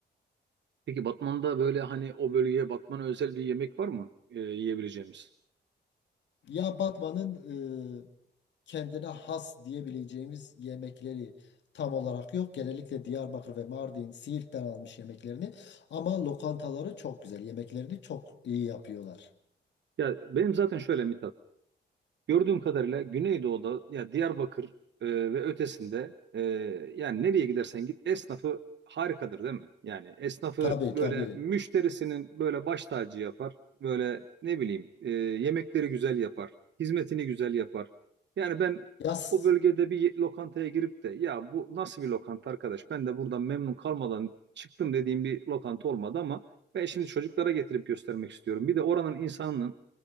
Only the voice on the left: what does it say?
Ya Batman'ın e, kendine has diyebileceğimiz yemekleri tam olarak yok. Genellikle Diyarbakır ve Mardin, Siirt'ten almış yemeklerini. Ama lokantaları çok güzel. Yemeklerini çok iyi yapıyorlar.
Tabii
tabii.
Yaz.